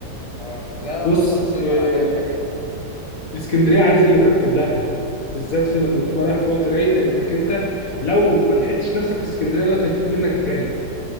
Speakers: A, on the left (about 20°); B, on the left (about 55°).
A: اه لا انا
B: بص
A: افضل السينما
B: إيه
A: العاديه الحقيقه
B: اسكندريه عايز اللي مرتب لها بالذات في لما بتبقى رايح في وقت رايق لانك انت لو ما لحقتش نفسك في اسكندريه دلوقتي هيفوت منك جري